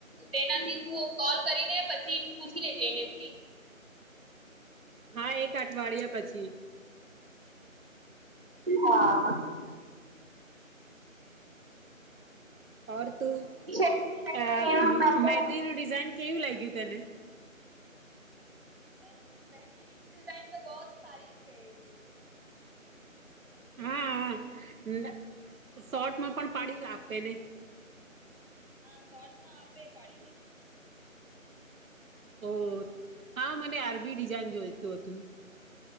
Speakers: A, on the right (about 45°); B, on the right (about 75°).
A: તેનાથી કોલ કરીને પછી પૂછી લેજે એનેથી
B: હા એક અઠવાડિયા પછી
A: હા
B: ઓર તું
A: તને
B: અ
A: એનો નંબર
B: મેંદ ન ડિઝાઇન કેવું લાગ્યું તને
A: મેંહદુ નું મેંહદીની ડિઝાઇન તો બો સારી છે એવી
B: હા લ શોટમાં પણ પાડીલ આપે ને
A: હા શોટ માં આપે પાડીને
B: ઓ હા મને આરબી ડિઝઇન જોઈતું હતું